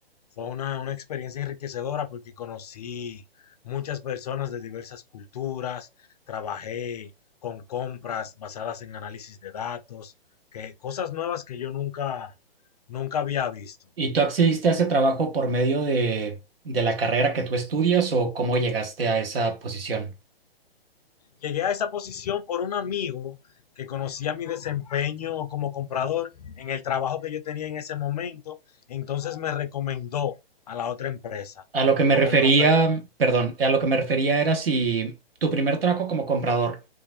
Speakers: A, on the left (about 40°); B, on the right (about 65°).
A: Fue una, una experiencia enriquecedora porque conocí muchas personas de diversas culturas, trabajé con compras basadas en análisis de datos, que, cosas nuevas que yo nunca, nunca había visto.
B: ¿Y tú accediste a ese trabajo por medio de, de la carrera que tú estudias o cómo llegaste a esa posición?
A: Llegué a esa posición por un amigo que conocía mi desempeño como comprador en el trabajo que yo tenía en ese momento, entonces me recomendó a la otra empresa.
B: A lo que
A: Y
B: me
A: como
B: refería,
A: me ofrecieron
B: perdón, a lo que me refería era si tu primer trabajo como comprador